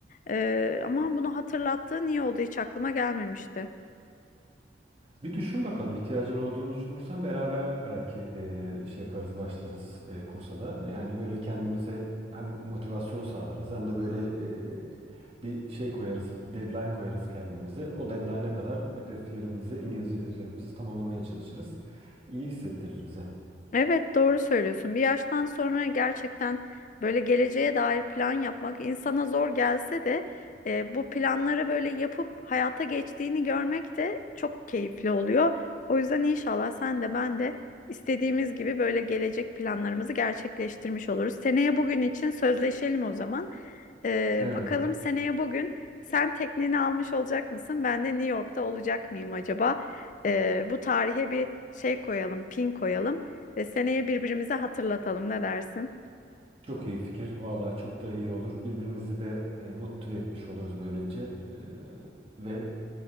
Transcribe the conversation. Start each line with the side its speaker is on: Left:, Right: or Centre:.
Left: E, ama bunu hatırlattığın iyi oldu. Hiç aklıma gelmemişti.
Right: Bir düşün bakalım ihtiyacın olduğunu düşünürsen beraber belki e, şey yaparız başlarız e, kursa da. Yani böyle kendimize hem motivasyon sağlarız hem de böyle e, bir şey koyarız, bir deadline koyarız kendimize. O deadline'a kadar hedeflerimizi, İngilizce hedeflerimizi tamamlamaya çalışırız. İyi hissettirir bize.
Left: Evet doğru söylüyorsun. Bir yaştan sonra gerçekten böyle geleceğe dair plan yapmak insana zor gelse de e, bu planları böyle yapıp hayata geçtiğini görmek de çok keyifli oluyor. O yüzden inşallah sen de ben de istediğimiz gibi böyle gelecek planlarımızı gerçekleştirmiş oluruz. Seneye bugün için sözleşelim o zaman. E,
Right: Evet.
Left: bakalım seneye bugün sen tekneni almış olacak mısın? Ben de New York'ta olacak mıyım acaba? E, bu tarihe bir şey koyalım, pin koyalım. E, seneye birbirimize hatırlatalım ne dersin?
Right: Çok iyi fikir. Vallahi çok da iyi olur. Birbirimizi de e, motive etmiş oluruz böylece. E, ve